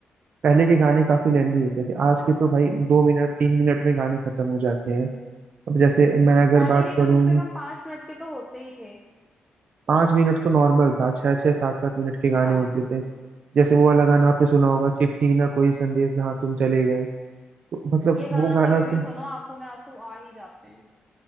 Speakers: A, on the right; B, in the centre.
A: पहले के गाने काफी लेंदी होते थे आज के तो भाई दो मिनट तीन मिनट में गाने खत्म हो जाते हैं अब जैसे
B: हम्म
A: मैं अगर
B: पहले
A: बात
B: के
A: करूँ
B: कम से कम पांच मिनट के तो होते ही थे
A: पांच मिनट तो नॉर्मल था छह छह सात सात मिनट के गाने
B: हाँ
A: होते थे जैसे वो वाला गाना आपने सुना होगा चिट्ठी ना कोई संदेश जहाँ तुम चले गए तो मतलब
B: ये गाना
A: वो गाना
B: कभी
A: तो
B: भी सुनो आंखों में आंसू आ ही जाते हैं